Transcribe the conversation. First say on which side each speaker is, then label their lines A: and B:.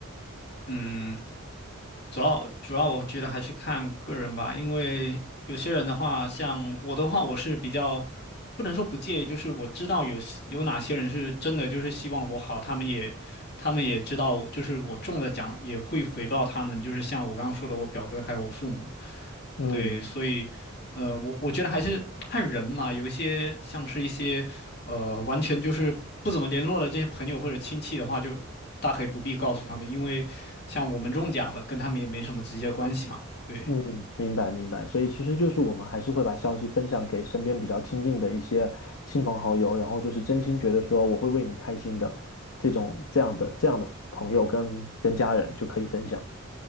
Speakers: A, on the left (about 50°); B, on the left (about 75°).
A: 嗯。主要主要我觉得还是看个人吧，因为有些人的话，像我的话，我是比较不能说不介意，就是我知道有有哪些人是真的就是希望我好，他们也他们也知道，就是我中了奖也会回报他们，就是像我刚刚说的，我表哥还有我父母，
B: 嗯
A: 对，所以，呃，我我觉得还是看人嘛，有一些像是一些，呃，完全就是不怎么联络的这些朋友或者亲戚的话，就大可以不必告诉他们，因为像我们中奖了，跟他们也没什么直接关系嘛。对，
B: 嗯，明白明白，所以其实就是我们还是会把消息分享给身边比较亲近的一些亲朋好友，然后就是真心觉得说我会为你开心的这种这样的这样的朋友跟跟家人就可以分享。